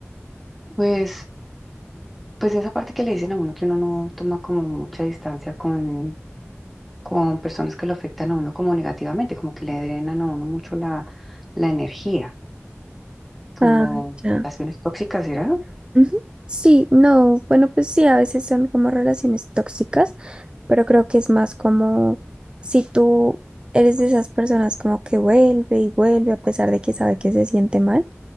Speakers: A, in the centre; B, on the right (about 20°).
A: Pues. Pues esa parte que le dicen a uno que uno no toma como mucha distancia con, con personas que lo afectan a uno como negativamente, como que le drenan a uno mucho la, la energía, como
B: Ah, ya.
A: relaciones tóxicas, ¿será?
B: Ujú. Sí, no, bueno, pues sí, a veces son como relaciones tóxicas, pero creo que es más como si tú eres de esas personas como que vuelve y vuelve a pesar de que sabe que se siente mal.